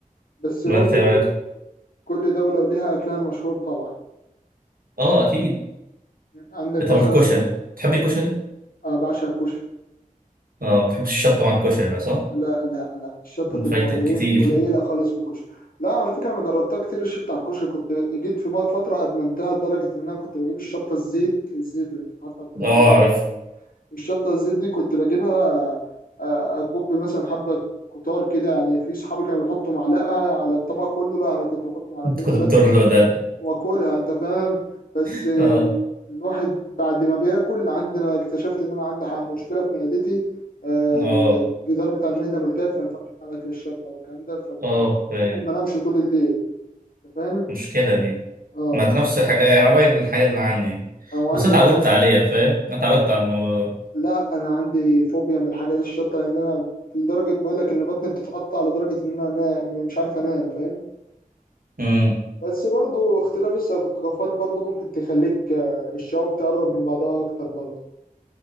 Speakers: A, on the left (about 80°); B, on the right (about 75°).
A: بس
B: ما
A: برضو
B: انت رايك
A: ك- كل دولة وليها أكلها المشهور طبعا
B: اه اكيد
A: عندك
B: إيه، طب
A: مثلا
B: الكشري تحبي الكشري
A: ال- أنا بعشق الكشري
B: اه ما بتحبش الشطه مع الكشري بقى صح
A: لا لا لا الشطة تبقى
B: فايتك
A: قليل
B: كتير
A: قليلة خالص في الكشري لا على فكرة أنا جربتها كتير الشطة على الكشري كنت جيت في مرة فترة أدمنتها لدرجة إن أنا كنت بجيب الشطة الزيت الزيت اللي بتتحط على الترابيزة
B: اه
A: كده
B: اعرف
A: الشطة الزيت دي كنت بجيبها آه، أكب مثلا حبة كتار كده يعني في صحابي كانوا بيحطوا معلقة على الطبق كله لا أنا كنت بحط معلقتين
B: انت كنت
A: ثلاثة
B: بتقول ده
A: واكلها انت فاهم بس
B: <laughs>
A: آم،
B: اه
A: الواحد بعد ما بياكل عندنا اكتشفت ان انا عندي ح- مشكله في معدتي آه، الجدار
B: اه
A: بتاع المعده ملتف فما ينفعش اكل اكل الشطه والكلام ده فممكن
B: اه فاهم.
A: ما انامش طول الليل انت فاهم
B: المشكله دي
A: اه
B: ما ده نفس الحاجه يعني قريب للحاجه اللي عندي دي
A: او عندي
B: بس أنا اتعودت
A: حاجه اس-
B: عليها فاهم انا اتعودت على الموضوع ده
A: لا انا عندي فوبيا من الحاجات الشطه لان انا لدرجه بقول لك ان بطني بتتقطع لدرجه ان انا أنا مش عارف انام فاهم
B: امم
A: بس برضو اختلاف الثقافات برضو ممكن تخليك آه، الشعوب تقرب من بعضها اكتر برضو